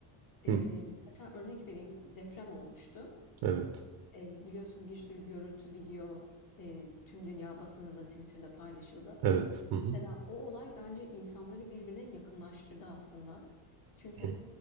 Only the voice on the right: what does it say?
Hı.
Evet.
Evet. Hı hı.
Hı hı.